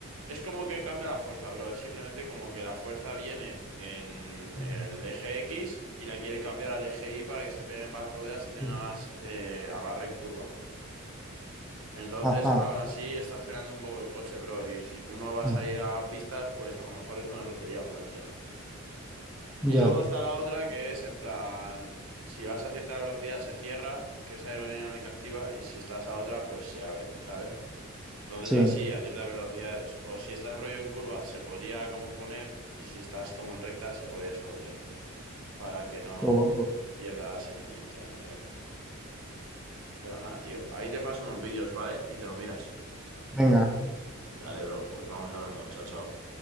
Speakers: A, on the right; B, in the centre.
A: Es como que cambia la fuerza, bro. Es simplemente como que la fuerza viene en
B: mm,
A: el eje X y la quiere cambiar al eje Y para que se peguen más las ruedas y tengas
B: mm.
A: eh, agarre en curva. Entonces,
B: Ajá,
A: aún así, estás frenando un poco el coche, bro. Y si tú no vas
B: mm,
A: a ir a pistas, pues a lo mejor es una tontería ponértelo. Y
B: ya,
A: luego está la otra que es en plan, si vas a cierta velocidad se cierra, que es aerodinámica activa, y si estás a otra, pues se abre, ¿sabes? Entonces
B: sí,
A: así, a ciertas velocidades. O si estás rollo en curva, se podría como poner, y si estás como en recta, se podría esconder, para que no
B: qué guapo.
A: pierdas eficiencia en recta. Pero nada, tío, ahí te paso unos vídeos, ¿vale? Y te lo miras.
B: Venga.
A: Dale, bro, pues vamos hablando. Chao, chao.